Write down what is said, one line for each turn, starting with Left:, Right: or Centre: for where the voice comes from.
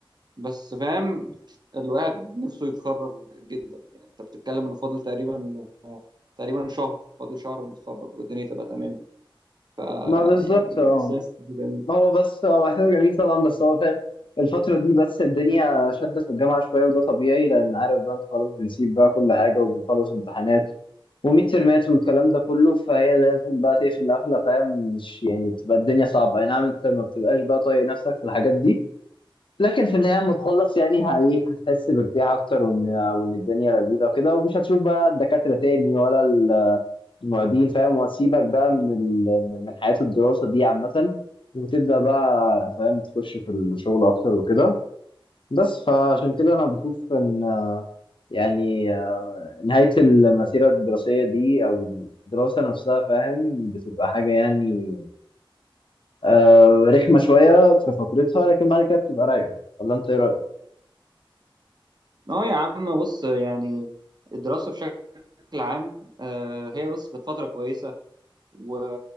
Right: بس فاهم الواحد نفسه يتخرج جدا يعني انت بتتكلم انه فاضل تقريبا تقريبا شهر فاضل شهر ونتخرج والدنيا تبقى تمام
Left: ما
Right: آه،
Left: بالظبط
Right: يعني
Left: اه
Right: احساس جميل
Left: ما هو بس هو احساس جميل طبعا بس هو فاهم الفترة دي بس الدنيا شدة في الجامعة شوية وده طبيعي لأن عارف بقى أنت خلاص بنسيب بقى كل حاجة وبنخلص امتحانات وميد ترمات والكلام ده كله فهي لازم بقى تقفل قفلة فاهم مش يعني بتبقى الدنيا صعبة أي نعم أنت ما بتبقاش بقى طايق نفسك في الحاجات دي لكن في النهاية لما تخلص يعني هي- هتحس بارتياح أكتر وإن وإن الدنيا لذيذة وكده ومش هتشوف بقى الدكاترة تاني ولا معيدين فاهم واسيبك بقى من ال... من حياة الدراسة دي عامة وتبدأ بقى فاهم تخش في الشغل أكتر وكده بس فعشان كده أنا بشوف إن آه، يعني آه، نهاية المسيرة الدراسية دي أو الدراسة نفسها فاهم بتبقى حاجة يعني آه، رخمة شوية في فترتها لكن بعد كده بتبقى رايقة ولا أنت إيه رأيك؟
Right: اه يا عم بص يعني الدراسة بشكل عام آه، هي بس كانت فترة كويسة و-